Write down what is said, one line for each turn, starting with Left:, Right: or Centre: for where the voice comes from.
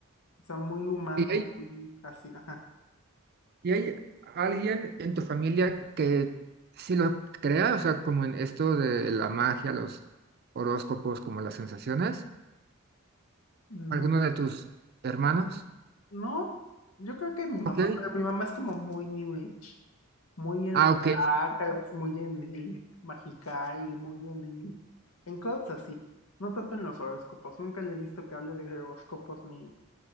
Left: O sea, muy humana,
Right: ¿Y hay,
Left: muy así, ajá.
Right: y hay alguien en tu familia que sí lo crea? O sea, como en esto de la magia, los horóscopos, como las sensaciones.
Left: Mm,
Right: ¿Alguno de tus hermanos?
Left: No, yo creo que mi mamá,
Right: Ok.
Left: pero mi mamá es como muy New Age, muy en
Right: Ah,
Left: los
Right: ok,
Left: chakras, muy en el Magical, muy en el, en cosas así, no tanto en los horóscopos, nunca le he visto que hable de horóscopos ni,